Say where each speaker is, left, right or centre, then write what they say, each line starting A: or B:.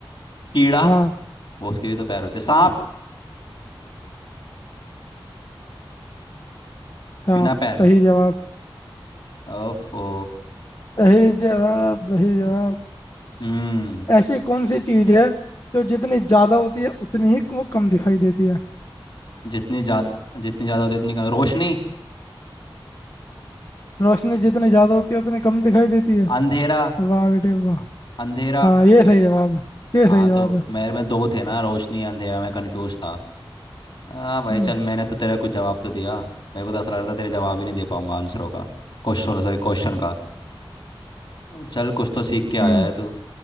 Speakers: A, on the left; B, on the left.
A: कीड़ा
B: हाँ
A: वो उसके भी तो पैर होते हैं। सांप
B: सांप
A: बिना पैर
B: सही जवाब
A: ओफो
B: सही जवाब सही जवाब
A: हम्म
B: ऐसी कौन सी चीज है जो जितनी ज्यादा होती है उतनी ही वो कम दिखाई देती है
A: जितनी ज्यादा जितनी ज्यादा होती है, उतनी कम रोशनी
B: रोशनी जितनी ज्यादा होती है उतनी कम दिखाई देती है
A: अंधेरा
B: वाह बेटे वाह
A: अंधेरा
B: हाँ ये सही जवाब है ये
A: हाँ
B: सही जवाब
A: तो
B: है
A: मेरे में दो थे ना रोशनी अंधेरा मैं कंफ्यूज था हाँ भाई
B: हम्म
A: चल मैंने तो तेरा कुछ जवाब तो दिया मेरे को तो ऐसा लग रहा था तेरे जवाब ही नहीं दे पाऊंगा आंसरों का क्वेश्चन सॉरी क्वेश्चन का चल कुछ तो सीख के आया
B: हम्म
A: है तू